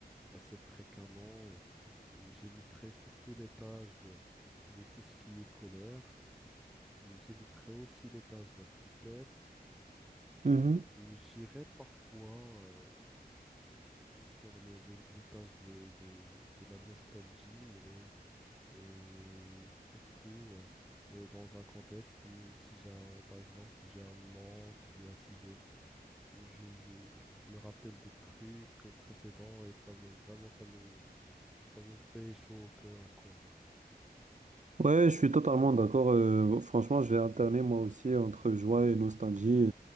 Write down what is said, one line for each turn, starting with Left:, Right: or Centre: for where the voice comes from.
Centre: assez fréquemment. euh, euh, j'éviterais surtout l'étage euh, de tout ce qui est colère. Euh, J'éviterais aussi l'étage de la tristesse.
Right: Mhm.
Centre: Euh, J'irais parfois euh, sur le- le- l'étage de, de de la nostalgie, mais... Euh, surtout euh, euh, dans un contexte où si j'ai un, par exemple, j'ai un manque ou bien si je, je, je, je me rappelle de trucs précédents et ça me vraiment ça me ça me fait chaud au cœur quoi.
Right: Ouais, je suis totalement d'accord. Euh, franchement, je vais alterner moi aussi entre joie et nostalgie.